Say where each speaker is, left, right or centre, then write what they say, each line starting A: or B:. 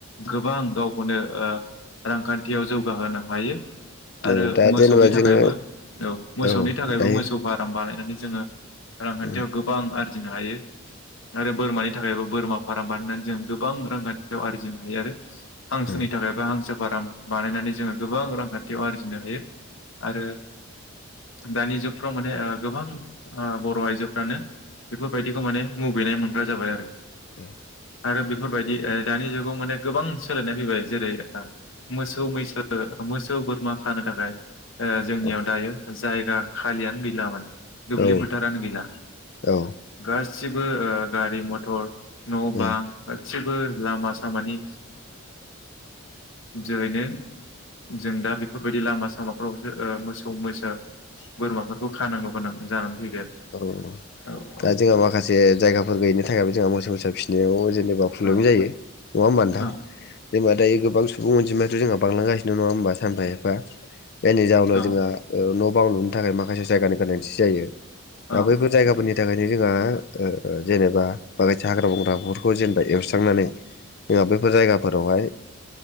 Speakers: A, on the left; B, on the left.
A: गोबां गाव खौनो ओ रांखान्थियाव जौगाहोनो हायो आरो
B: औ औ दा
A: मोसौनि
B: जेनेबा जोङो
A: थाखायबो औ मोसौनि
B: औ
A: थाखायबो
B: दायो
A: मोसौ फार्म बानायनानै जोङो रांखान्थियाव
B: उम
A: गोबां आरो रजिनो हायो आरो बोरमानि थाखायबो बोरमा फाराम बानायनानै जों गोबां रांखान्थियाव आरजिनो हायो आरो हांसोनि
B: उम
A: थाखाय बा हांसो फार्म बानायनानै जोङो गोबां रांखान्थियाव आरजिनो हायो आरो दानि जुगफ्राव माने ओ गोबां बर' आइजोफ्रानो बेफोरबायदिखौ माने मुगैनाय मोनग्रा जाबाय आरो
B: ओ
A: आरो बेफोरबायदि ओ दानि जुगाव माने गोबां सोलाय फैबाय जेरै मोसौ मैसो मोसौ बोरमा खानो थाखाय ओ जोंनियाव
B: औ
A: दायो जायगा खालियानो गैला माने दुब्लि
B: औ
A: फोथारानो गैला
B: औ
A: गासै गासिबो गारि मथर न'
B: उम
A: बां गसिबो लामा सामानि जोहैनो जों दा बेफोरबायदि लामा सामाफ्रावसो मोसौ मोसौ बोरमाफोर खानांगौ गोनां जानानै फैबाय
B: औ
A: आरो
B: दा
A: औ
B: जोंहा माखासे जायगाफोर गैयैनि थाखायबो जोंहा मोसौ मोसा फिसिनो नायाव जेनेबा
A: औ
B: प्रब्लेम
A: औ
B: जायो नङा मानोथां
A: औ
B: जेनेबा दायो गोबां सुबुं अनजिमायाथ' जोंहा बांलांगासिनो नङा होनबा सानफा एफा जायनि जाहोनाव
A: औ
B: जोंहा न' बां लुनो थाखाय माखासे जायगानि गोनांथि जायो
A: औ
B: दा बैफोर जायगाफोरनि थाखाय थाखायनो जोंहा जेनेबा माखासे हाग्रा बंग्राफोरखौ जेनेबा एवस्रांनानै जोंहा बैफोर जायगाफोरावहाय